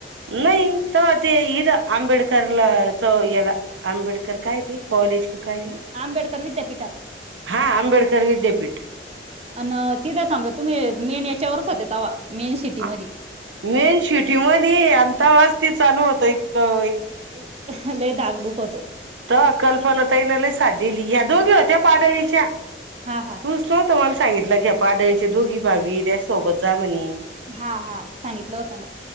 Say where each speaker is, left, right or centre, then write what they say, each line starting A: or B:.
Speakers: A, on the right (about 90°); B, on the right (about 35°).
A: नाही तवा ते इथ आंबेडकरला च याला आंबेडकर काय ते कॉलेज काय नाव
B: आंबेडकर विद्यापीठात
A: हा आंबेड तर विद्यापीठ
B: अन तिथं समजा तुम्ही मेन याच्यावरच होत्या तवा.... मेन सिटी मध्ये
A: आ मेन शिटी मधी ये आन तवाच.... ते चालू होतं इतकं...
B: ही लय दा... दुखत...
A: तवा कल्पना ताईनि लई साथ दिली ह्या दोघी होत्या पाडली...... च्या
B: हा हा
A: तू स तम्हाला सांगितलं की पाडळीचे दोघी भाबी त्याच्यास सोबत जा म्हणी..
B: हा हा सांगितलं होत ना..